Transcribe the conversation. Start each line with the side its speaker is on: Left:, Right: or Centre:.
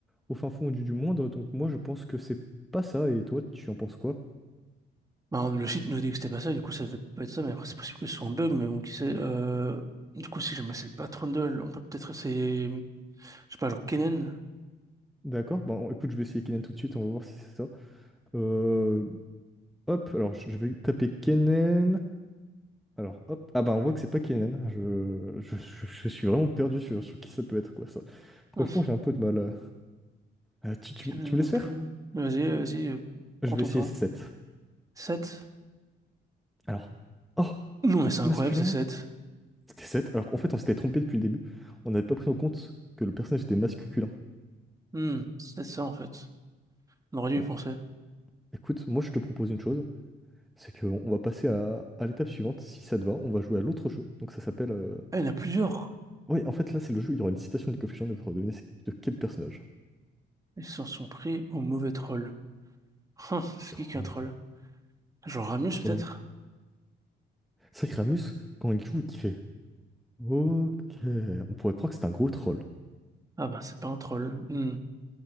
Centre: au fin fond du, du monde. Donc, moi, je pense que c'est pas ça. Et toi, tu en penses quoi?
Right: Ben, le site nous dit que c'était pas ça, du coup ça devait pas être ça, mais après c'est possible que ce soit un bug, mais bon, qui sait. Euh, du coup, si jamais c'est pas Trundle, on peut peut-être essayer, je sais pas, genre Kennen.
Centre: D'accord, bah on- écoute, je vais essayer Kennen tout de suite, on va voir si c'est ça. Euh, hop, alors je je vais taper Kennen. Alors, hop. Ah bah on voit que c'est pas Kenan. Je, je, je- je suis vraiment perdu sur, sur qui ça peut être, quoi, ça. Franchement,
Right: Hum,
Centre: j'ai un peu de mal. euh. Euh, tu, tu,
Right: Kennen
Centre: tu me
Right: non
Centre: laisses faire?
Right: plus. Mais Vas-y, vas-y, euh,
Centre: Je
Right: prends
Centre: vais
Right: ton
Centre: essayer
Right: temps.
Centre: 7.
Right: Sept.
Centre: Alors. Oh!
Right: Non, mais c'est incroyable,
Centre: Masculin?
Right: c'est 7.
Centre: C'était 7. Alors qu'en fait, on s'était trompé depuis le début. On n'avait pas pris en compte que le personnage était masculin.
Right: Hum, c'est peut-être ça en fait. On aurait dû
Centre: Bon,
Right: y penser.
Centre: écoute, moi je te propose une chose, c'est qu'on on va passer à, à l'étape suivante. Si ça te va, on va jouer à l'autre jeu. Donc ça s'appelle. euh,
Right: Ah, il y en a plusieurs.
Centre: Oui, en fait, là, c'est le jeu, où il y aura une citation de League of Legends, et il faudra deviner c'est de quel personnage.
Right: Ils s'en sont pris au mauvais troll. <laughs> Hum, c'est
Centre: Troll,
Right: qui qui est un troll? Genre Ramus
Centre: troll.
Right: peut-être?
Centre: C'est vrai que Ramus, quand il joue, il fait Ok. On pourrait croire que c'est un gros troll.
Right: Ah ben, c'est pas un troll. Hum.